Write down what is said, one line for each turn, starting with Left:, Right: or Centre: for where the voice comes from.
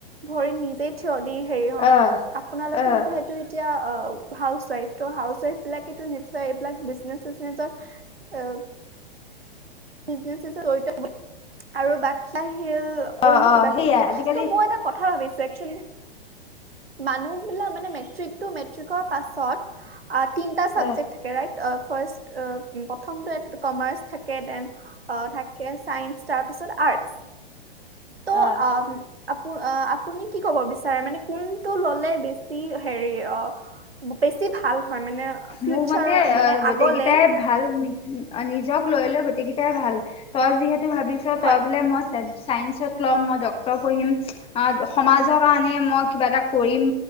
Right: ভৰিত নিজে থিয় দি হেৰি হম
Left: অহ
Right: আপোনালোকে
Left: অহ
Right: যিহেতু এতিয়া। অ হাউচ ৱাইফ তো হাউচৱাইফ এইবিলাকেটো নিশ্চয় এইবিলাক বিজনেচ চিজনেচত এ নে জড়িত আৰু বাকী <unintelligible> শিল
Left: অ
Right: অইন
Left: অ
Right: কিবা
Left: সেইয়াই
Right: কিবি
Left: আজিকালি
Right: ত মই এটা কথা ভাৱিছো। চেকচন মানুহ বিলাক মানে মেট্ৰিক টো মেট্ৰিকৰ পাছত তিনটা চাবজেক্ট
Left: অ
Right: থাকে ৰাইট অ ফাৰ্ষ্ট অ উ প্ৰথমটো এক কমাৰ্চ থাকে দেন অ থাকে চাইন্স তাৰপিছত আৰ্টচ ত
Left: অ
Right: আম অ আপুনি কি ক'ব বিচাৰে মানে কোনটো ললে বেছি হেৰি অ বেছি ভাল হয় মানে ফিউচাৰ
Left: মোৰ মতে
Right: মানে
Left: অ গোটেইকেইটাই
Right: আগলে
Left: ভাল নিজক লৈ লৈ গোটকেইটাই ভাল তই যিহেতু ভাৱিছ
Right: হয়
Left: তই বোলে মই চে চায়েঞ্চত লম মই ডক্তৰ পঢ়িম সমাজৰ কাৰণে মই কিবা এটা কৰিম